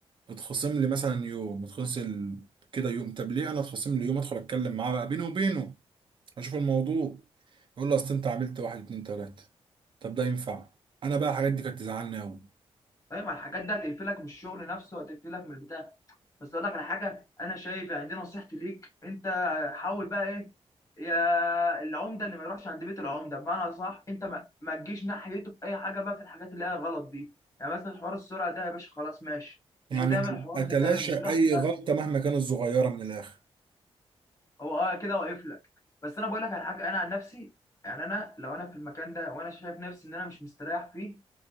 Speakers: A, on the right (about 50°); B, on the left (about 30°).
A: اتخصم لي مثلا يوم اتخصم كده يوم طب ليه انا اتخصم لي يوم ادخل اتكلم معاه بقى بيني وبينه اشوف الموضوع يقول له اصل انت عملت واحد اتنين تلاته طب ده ينفع انا بقى الحاجات دي كانت تزعلني قوي
B: طيب ما الحاجات دي هتقفلك من الشغل نفسه وهتقفلك من البتاع بس اقول لك على حاجه انا شايف يعني دي نصيحتي ليك انت حاول بقى ايه يا العمده اللي ما يروحش عند بيت العمده بمعنى صح انت ما, ما تجيش ناحيته في اي حاجه بقى في الحاجات اللي هي غلط دي يعني مثلا حوار السرعه ده يا باشا خلاص ماشي مش
A: يعني
B: هتعمل
A: أت-
B: الحوار
A: اتلاشى
B: ده تاني وتريح
A: اي
B: دماغك
A: غلطه مهما كانت صغيره من الاخر
B: هو اه كده واقف لك بس انا بقول لك على حاجه انا عن نفسي يعني انا لو انا في المكان ده وانا شايف نفسي ان انا مش مستريح فيه